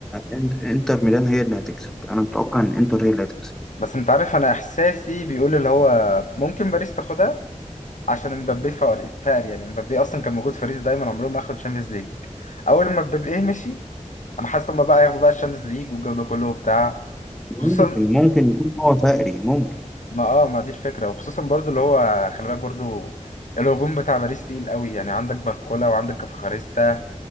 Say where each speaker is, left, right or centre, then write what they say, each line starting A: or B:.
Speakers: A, in the centre; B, on the left (about 75°).
A: انت- انتر ميلان هي اللي هتكسب انا متوقع ان انتر هي اللي هتكسب
B: بس انت عارف انا احساسي بيقول اللي هو ممكن باريس تاخدها عشان مبابي فقر فقر يعني مبابي اصلا كان موجود في باريس دايما عمره ما اخد شامبيونز ليج اول ما مبابي إيه مشي انا حاسس ان هما بقى ياخدوا بقى الشامبيونز ليج والجو ده كله وبتاع
A: ممكن
B: خصوصا
A: ممكن يكون هو فقري ممكن
B: ما اه ما دي الفكره وخصوصا برضو اللي هو خلي بالك برضو الهجوم بتاع باريس تقيل قوي يعني عندك باركولا وعندك كفخاريستا